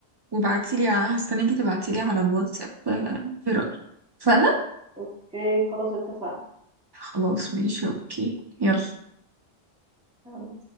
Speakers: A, on the right (about 40°); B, in the centre.
A: وابعتيلي ع- هستناكي تبعتيلي على الواتساب آه، ايه رأيك فانا
B: اوكي خلاص اتفقنا
A: خلاص ماشي اوكي يلا
B: تمام.